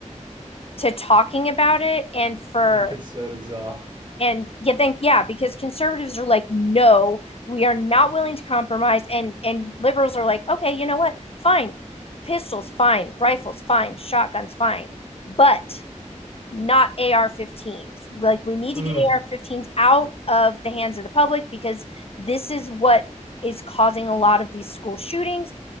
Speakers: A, on the left (about 50°); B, on the right (about 35°).
A: to talking about it and for
B: than conservatives are.
A: and yeah, think yeah, because conservatives are like, no, we are not willing to compromise, and and liberals are like, okay, you know what, fine, pistols, fine, rifles, fine, shotguns, fine, but not AR-15s. Like we need
B: Mm.
A: to get AR-15s out of the hands of the public because this is what is causing a lot of these school shootings